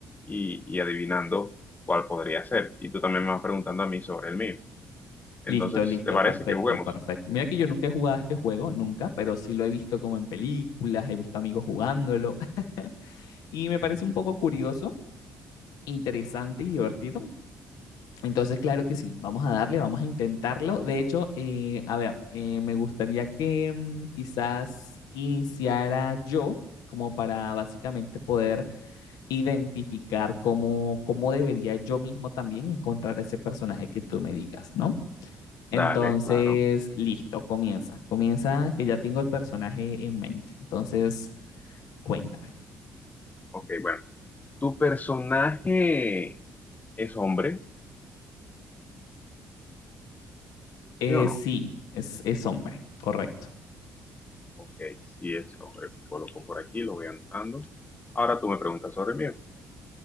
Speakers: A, on the left; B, on the left.
A: y, y adivinando cuál podría ser. Y tú también me vas preguntando a mí sobre el mío. Entonces,
B: Listo, listo,
A: ¿te parece
B: perfecto,
A: que juguemos?
B: perfecto. Mira que yo nunca he jugado a este juego, nunca, pero sí lo he visto como en películas, he visto amigos jugándolo <laughs> y me parece un poco curioso, interesante y divertido. Entonces, claro que sí, vamos a darle, vamos a intentarlo. De hecho, eh, a ver, eh, me gustaría que mm, quizás iniciara yo como para básicamente poder identificar cómo, cómo debería yo mismo también encontrar ese personaje que tú me digas, ¿no? Entonces,
A: Dale, claro.
B: listo, comienza. Comienza que ya tengo el personaje en mente. Entonces, cuéntame.
A: Ok, bueno. ¿Tu personaje es hombre?
B: Eh,
A: ¿Sí o no?
B: sí, es, es hombre, correcto.
A: Ok, sí, eso eh, coloco por aquí, lo voy anotando. Ahora tú me preguntas sobre mí.